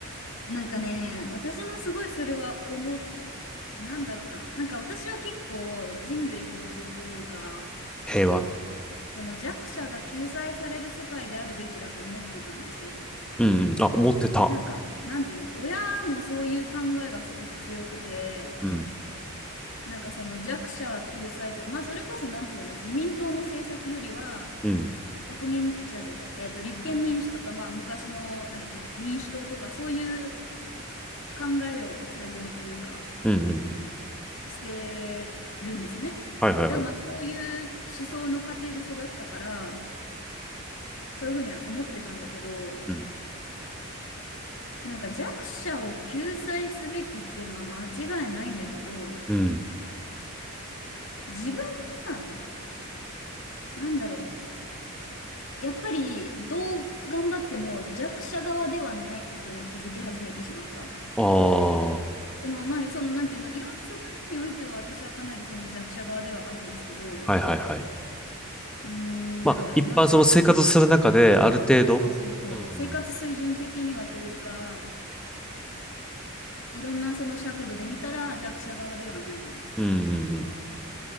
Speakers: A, on the left (about 60°); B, in the centre.
A: なんかね、私もすごいそれは思っなんだろうな、なんか私は結構人類平等というか、
B: 平和。
A: その弱者が救済される世界であるべきだと思ってたんですよ。
B: うんうん。あ、思ってた。
A: なんか、なんていうの、親もそういう考えがすごく強くて、
B: うん。
A: なんかその弱者救済とか、まあそれこそなんていうの、自民党の政策よりは、
B: うん。
A: 国民、違う違う違う、えっ、と、立憲民主とか、まあ昔の、なんだっけ、民主党とか、そういう考えを採用というか、
B: うんうん。
A: してるんですね。
B: はいはいはい。
A: だからまあそういう思想の過程で育ったから、そういうふうには思ってたんだけど、
B: うん。
A: なんか弱者を救済すべきっていうのは間違いないんだけど、
B: うん。
A: 自分が、なんだろう、やっぱりどう頑張っても弱者側ではないことに気づき始めてしまった。
B: ああ。
A: その、まあ、その、なんていうの、いろんな側面においては私はかなりその弱者側ではあるんですけど、
B: はいはいはい。
A: うーん、
B: まあ、
A: なんだろうな。
B: 一般その生活する中で、ある程度。
A: そうそうそうそう。
B: うん。
A: 生活水準的にはというか、いろんなその尺度で見たら弱者側ではない。っ
B: うんうん